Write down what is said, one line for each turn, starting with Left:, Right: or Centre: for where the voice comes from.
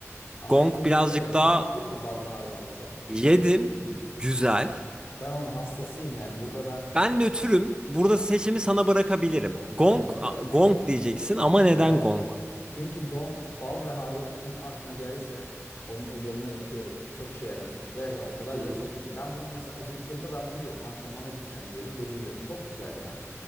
Left: Ama
Right: Gong
Left: şimdi
Right: birazcık
Left: şöyle
Right: daha
Left: hiç yedin mi ballı hardallı gong?
Right: yedim. Güzel.
Left: Ben onun hastasıyım yani. Burada ben
Right: Ben
Left: e,
Right: nötrüm. Burada seçimi sana bırakabilirim.
Left: oh
Right: Gong,
Left: çok teşekkür
Right: a-
Left: ederim.
Right: gong
Left: <laughs>
Right: diyeceksin ama neden
Left: Evet.
Right: gong?
Left: Çünkü gong, bal ve hardalık kim aklına gelirse onun ellerinden öpüyorum. Çok işe yaramış. Gerçekten o kadar
Right: Hı.
Left: lezzetli ki. Ben bunu mesela acıktığımda ben bunu yiyorum. Antrenmana gideceğim diyelim bunu yiyorum. Çok güzel ya.